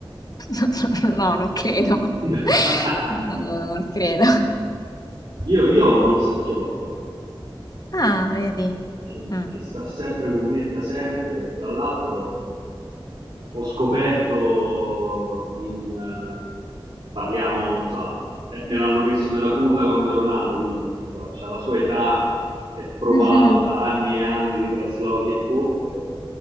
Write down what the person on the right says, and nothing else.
<laughs>
Io, io ho un orsacchiotto
che,
che sta sempre con me da sempre, tra l'altro ho scoperto in... eh, parliamo, insomma, eh, me l'hanno messo nella culla quando ero nato, quindi insomma, c'ha la sua età, è provato
da anni e anni di traslochi e polvere,